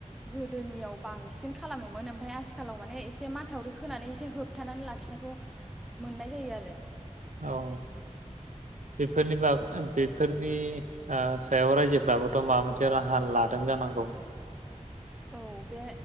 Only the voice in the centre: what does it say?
गोदोनियाव बांसिन खालामोमोन ओमफ्राय आथिखालाव माने एसे माथावरि खोनानै एसे होबथानानै लाखिनायखौ मोननाय जायो आरो
औ बे